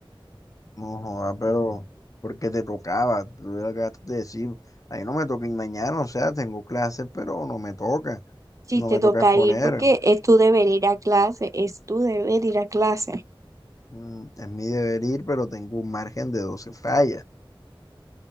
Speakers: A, on the left; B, on the right.
A: No, joa, pero porque te tocaba, tú le acabaste de decir, ahí no me toca ir mañana, o sea, tengo clases, pero no me toca,
B: Sí,
A: no
B: te
A: me toca
B: toca
A: exponer,
B: ir porque es tu deber ir a clase, es tu deber ir a clase.
A: mm, es mi deber ir, pero tengo un margen de 12 fallas.